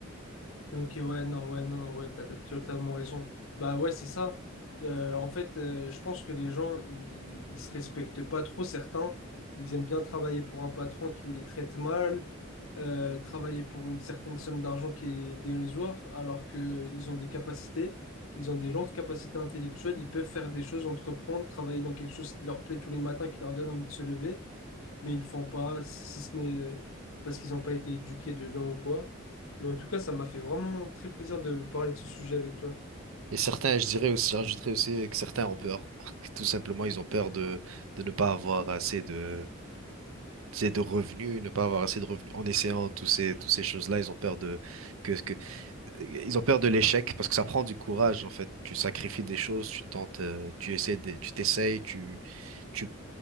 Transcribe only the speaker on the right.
Et certains, je dirais aussi, j'ajouterais aussi que certains ont peur. <laughs> Tout simplement, ils ont peur de, de ne pas avoir assez de, c'est de revenus, ne pas avoir assez de revenus en essayant tous ces, toutes ces choses-là, ils ont peur de que, que ils ont peur de l'échec parce que ça prend du courage en fait. Tu sacrifies des choses, tu tentes, euh, tu essaies des- tu t'essayes, tu tu